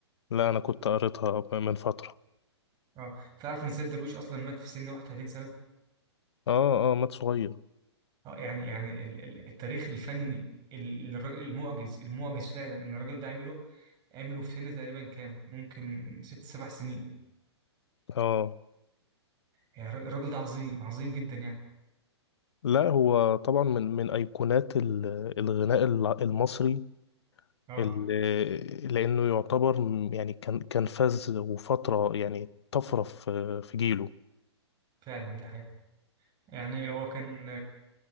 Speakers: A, on the left (about 70°); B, on the right (about 30°).
A: لا انا كنت قريتها من فترة
B: اه تعرف ان سيد درويش اصلا مات في سن 31 سنه
A: اه اه مات صغير
B: اه يعني يعني ال- ال- التاريخ الفني ال- الراجل- المعجز المعجز فعلا ان الراجل ده عمله عمله في سن تقريبا كام ممكن ست سبع سنين
A: اه
B: يعني الراجل الراجل ده عظيم عظيم جدا يعني
A: لا هو طبعا من من ايقونات ال- الغناء ال- المصري
B: اه
A: اللي لانه يعتبر يعني كان كان فاز وفترة يعني طفرة في في جيله
B: فعلا ده حقيقه يعني هو كان